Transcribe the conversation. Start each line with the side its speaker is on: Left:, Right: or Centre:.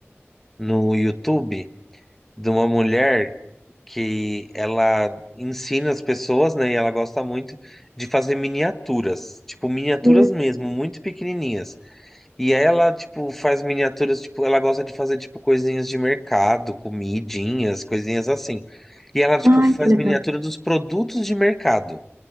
Centre: no YouTube de uma mulher que ela ensina as pessoas, né? E ela gosta muito de fazer miniaturas, tipo miniaturas
Right: Hum,
Centre: mesmo, muito pequenininhas. E ela, tipo, faz miniaturas, tipo, ela gosta de fazer, tipo, coisinhas de mercado, comidinhas, coisinhas assim. E ela, tipo,
Right: ai,
Centre: faz
Right: que legal.
Centre: miniatura dos produtos de mercado.